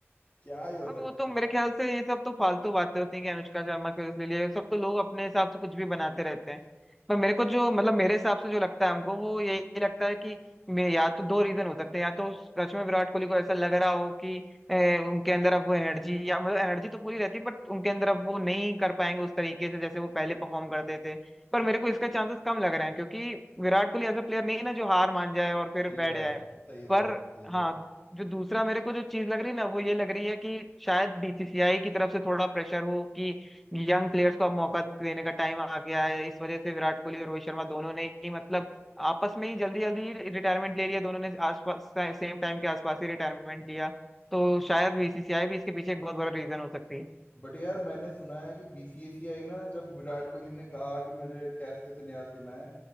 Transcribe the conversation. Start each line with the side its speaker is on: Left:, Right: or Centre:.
Left: क्या ही हो
Centre: अब
Left: सकता
Centre: वो तो मेरे
Left: है
Centre: ख्याल से ये सब तो फालतू बातें होती हैं कि अनुष्का शर्मा के उसके लिए ये सब तो लोग अपने हिसाब से कुछ भी बनाते रहते हैं पर मेरे को जो मतलब मेरे हिसाब से जो लगता है हमको वो यही लगता है कि मे- या तो दो रीजन हो सकते हैं या तो सच में विराट कोहली को ऐसा लग रहा हो कि ए, उनके अंदर अब वो एनर्जी या मतलब एनर्जी तो पूरी रहती है बट उनके अंदर अब वो नहीं कर पाएंगे उस तरीके से जैसे वो पहले परफॉर्म करते थे पर मेरे को इसका चांसेस कम लग रहे हैं क्योंकि विराट कोहली ऐसा प्लेयर नहीं है ना जो हार मान जाए और फिर
Left: सही
Centre: बैठ
Left: बात
Centre: जाए
Left: है सही बात
Centre: पर
Left: है सही
Centre: हाँ
Left: बात
Centre: जो दूसरा मेरे को जो चीज लग रही है ना वो ये लग रही है कि शायद बीसीसीआई की तरफ से थोड़ा प्रेशर हो कि यंग प्लेयर्स को अब मौका देने का टाइम आ गया है इस वजह से विराट कोहली और रोहित शर्मा दोनों ने ही मतलब आपस में ही जल्दी जल्दी रिटायरमेंट ले लिया दोनों ने आसपास सेम टाइम के आसपास ही रिटायरमेंट लिया तो शायद बीसीसीआई भी इसके पीछे एक बहुत बड़ा रीजन हो सकती है
Left: बट यार मैंने सुना है कि बीसीसीआई ना जब विराट कोहली ने कहा कि मुझे टेस्ट से संन्यास लेना है